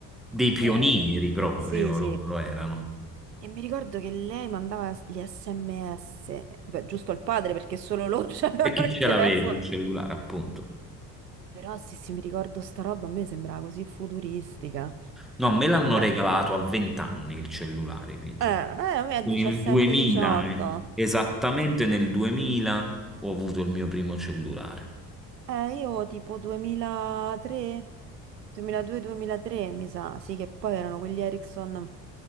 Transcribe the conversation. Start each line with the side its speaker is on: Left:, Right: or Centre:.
Centre: Dei pionieri
Right: eh,
Centre: proprio
Right: sì, sì.
Centre: loro erano.
Right: E mi ricordo che lei mandava gli SMS, beh, giusto al padre perché solo loro <laughs> avevano
Centre: E chi
Right: il
Centre: ce
Right: telefono.
Centre: l'aveva il cellulare, appunto?
Right: Però sì, sì, mi ricordo sta roba, a me sembrava così futuristica.
Centre: No, me l'hanno
Right: Eh,
Centre: regalato a 20 anni il cellulare, invece.
Right: eh, eh, a me a
Centre: Nel
Right: 17-18.
Centre: 2000, eh. Esattamente nel 2000 ho avuto il mio primo cellulare.
Right: Eh, io tipo 2003, 2002-2003 mi sa, sì che poi erano quegli Ericsson